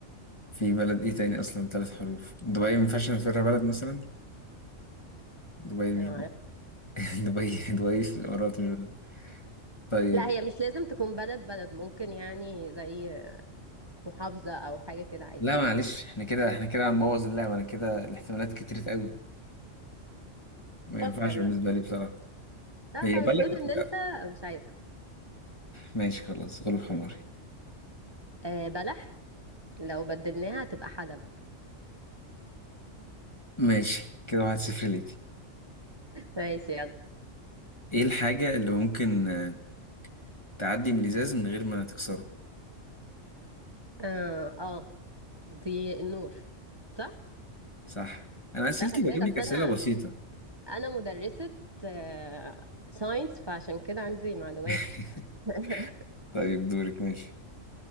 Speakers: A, on the left (about 20°); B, on the right (about 20°).
A: في بلد ايه تاني اصلا بثلاث حروف دبي ما ينفعش نعتبرها بلد مثلا دبي
B: لو
A: مش
B: ما
A: ب-
B: عرفت-
A: <laughs> دبي دبي في الامارات مش بلد طيب
B: لا هي مش لازم تكون بلد بلد ممكن يعني زي محافظة أو حاجة كده عادي
A: لا معلش احنا كده احنا كده هنبوظ اللعبه انا كده الاحتمالات كترت قوي ما
B: فكر
A: ينفعش بالنسبه
B: بقى
A: لي بصراحه
B: لا
A: هي
B: خلاص
A: بلد
B: قول إن أنت
A: لا.
B: مش عارف
A: ماشي خلاص غلب حماري
B: آه بلح لو بدلناها هتبقى حلب
A: ماشي كده واحد صفر ليكي
B: ماشي يلا
A: ايه الحاجه اللي ممكن آه، تعدي من الازاز من غير ما تكسره
B: اه اه دي النور صح؟
A: صح انا اسئلتي
B: لا خلي
A: بجيب
B: بالك أصل
A: لك اسئله
B: أنا
A: بسيطه
B: أنا مدرسة آه ساينس فعشان كده عندي معلومات
A: <laughs>
B: <laughs>
A: طيب دورك ماشي